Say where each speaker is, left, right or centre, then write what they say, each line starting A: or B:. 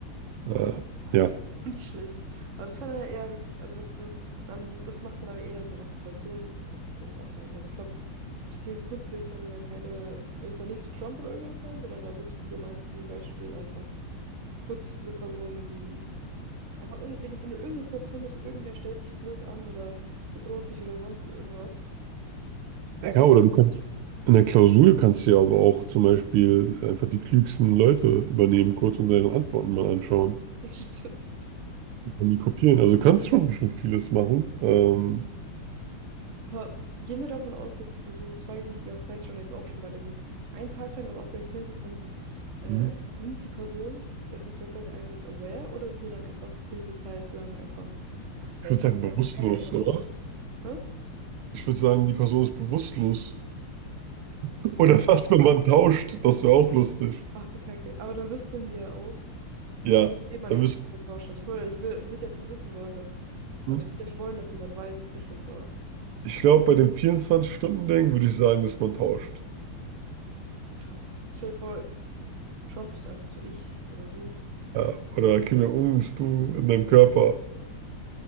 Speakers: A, on the right (about 80°); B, on the right (about 40°).
A: Äh, ja.
B: Auch <laughs> Nicht schlecht. Aber das wäre dann ja eher wirklich, also das, das- dann, das macht man dann eher so nach situationsabhängig. Also ich glaube, für die 10 Sekunden will ich dann ja keine, will ich dann nicht so Trump oder irgendwas sein, sondern ja wirklich, wie du meintest in dem Beispiel, einfach kurz eine Person, die. Einfach irgend, wenn, du- wenn du in irgendeiner Situation bist und irgendwer stellt sich blöd an oder bedroht dich oder sonst irgendwas. Dafür
A: Ja, oder
B: war's.
A: du kannst in der Klausur kannst du ja aber auch zum Beispiel einfach die klügsten Leute übernehmen kurz und deren Antworten mal anschauen
B: <laughs> Ja, stimmt.
A: und dann die kopieren. Also du kannst schon schon vieles machen. Ähm,
B: Aber gehen wir davon aus, dass die Person, das frage ich mich die ganze Zeit schon, jetzt auch schon bei diesem einen Tag lang, aber auch bei den 10 Sekunden, äh,
A: hm.
B: sind die Personen, dessen Körper wir einnehmen, aware oder sind die dann einfach für diese Zeit lang einfach weg?
A: ich würde sagen
B: Aber
A: bewusstlos,
B: einfach keine Erinnerung.
A: oder?
B: Ne?
A: Ich würde sagen, die Person ist bewusstlos. <laughs>
B: Ich würde
A: Oder
B: sagen,
A: fast,
B: ja.
A: wenn man tauscht, das wäre auch lustig.
B: ach du Kacke. Aber dann wüssten die ja auch,
A: Ja,
B: wem man
A: dann
B: den
A: müsste
B: Körper getauscht hat. Ich wollte, ich will, würde würd ja nicht wissen wollen, dass, also
A: hm.
B: ich würde ja nicht wollen, dass jemand weiß, dass ich das war.
A: ich glaube, bei dem 24-Stunden-Ding würde ich sagen, dass man tauscht.
B: Krass. Stell dir vor, Trump ist einfach so ich oder du.
A: Ja, oder Kim Jong-un ist du in deinem Körper.